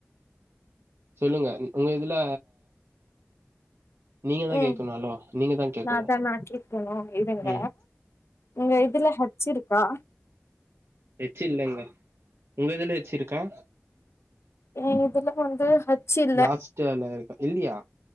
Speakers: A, on the right; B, on the left.
A: சொல்லுங்க உங்க இதுல நீங்க தா
B: ம்
A: கேக்கணு ஹலோ நீங்க கேக்கணு
B: நா தா நா கேக்கனு இருங்க
A: ம்
B: உங்க இதுல ஹச் இருக்கா
A: ஹேச் இல்லங்க உங்க இதுல ஹேச் இருக்கா
B: ஏ இதுல வந்து ஹச் இல்ல
A: லாஸ்ட்டல இருக்க இல்லியா